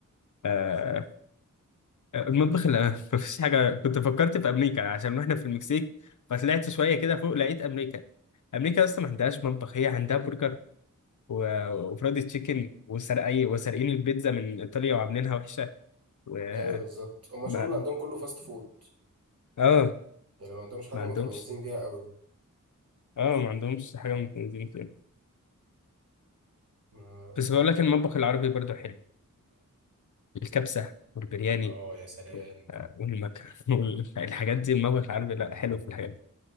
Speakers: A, on the left; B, on the right.
A: آه آه، المطبخ اللي <laughs> ما فيش حاجه كنت فكرت في امريكا عشان واحنا في المكسيك فطلعت شويه كده فوق لقيت امريكا امريكا اصلا ما عندهاش مطبخ هي عندها برجر و- وفرايد تشيكن وسرقي وسارقين البيتزا من ايطاليا وعاملينها وحشه و
B: ايوه بالظبط هما
A: ما-
B: الشغل اللي عندهم كله فاست فود
A: اه
B: يعني ما عندهمش حاجه
A: ما
B: متميزين
A: عندهمش
B: بيها قوي
A: اه ما عندهمش حاجه من التنظيم كده
B: ما-
A: بس بقول لك المطبخ العربي برضه حلو الكبسة والبرياني
B: اه يا سلام
A: وال- آه، والمكرونة <laughs> والحاجات دي الموقف العربي لا حلو في الحاجات دي